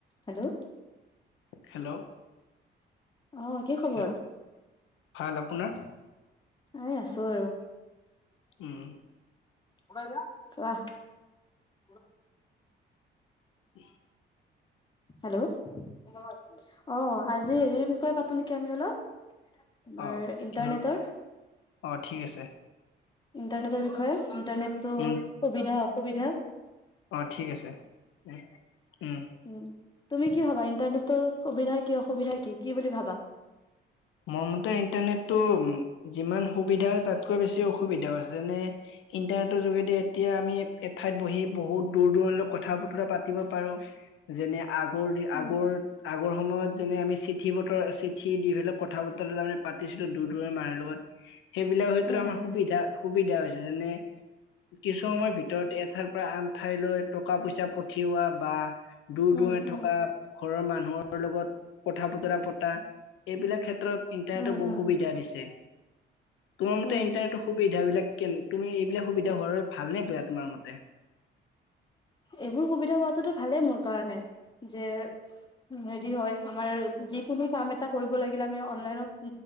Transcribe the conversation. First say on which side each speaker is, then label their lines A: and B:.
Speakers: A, on the left (about 25°); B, on the left (about 85°).
A: হেল্ল'
B: হেল্ল'
A: অহ কি খবৰ?
B: হেল্ল' ভাল আপোনাৰ
A: এ আছো আৰু
B: উম
A: কহ
B: উ
A: হেল্ল' অ আজি হেৰিৰ বিষয়ে পাতো নেকি আমি অলপ তোমাৰ
B: অ
A: ইন্টাৰনেটৰ
B: কিহৰ অ ঠিক আছে
A: ইণ্টাৰনেটৰ বিষয়ে ইটাৰনেটো
B: উম
A: সুবিধা সুবিধা
B: অ ঠিক আছে উ উম
A: উ তুমি কি ভাবা ইণ্টাৰনেটৰ সুবিধা কি অসুবিধা কি কি বুলি ভাবা
B: মোৰ মতে ইণ্টাৰনেটটো যিমান সুবিধা তাতকৈ বেছি অসুবিধাও যেনে ইণ্টাৰনেটৰ যোগেদি এতিয়া আমি এঠাইত বহি বহুত দূৰ দূৰণলৈ কথা বতৰা পাতিব পাৰো যেনে- আগৰ দি
A: উম
B: আগৰ আগৰ সময়ত যেনে আমি চিঠি বতৰ চিঠি দি হ'লেও কত কথা বতৰাত তাৰ মানে পাতিছিলো দূৰ দূৰে মাএ লগত সেইবিলাকও হয়তো
A: উম
B: আমাৰ সুবিধা সুবিধা হৈছে যেনে কিছু সময়ৰ ভিতৰত এঠাইৰ পৰা আন ঠাইলৈ টকা পইচা পঠিওৱা বা দূৰ
A: উম
B: দূৰে
A: উম
B: থকা
A: উম
B: ঘৰৰ মানুহৰ লগত কথা পত- পতা এইবিলাক ক্ষেত্ৰত ইণ্টাৰনেটত
A: উম
B: বহু
A: উম
B: সুবিধা দিছে যে তোমাৰ মতে
A: উম
B: ইণ্টাৰনেটৰ সুবিধা বিলাক কেন তুমি এইবিল সুবিধা হোৱাৰ বাবে ভালনে বেয়া তোমাৰ মতে?
A: এইবোৰ সুবিধা পোৱাটোতো ভালেই মোৰ কাৰণে যে হেৰি হয় আমাৰ যিকোনো কাম এটা কৰিব লাগিলে আমি অনলাইনত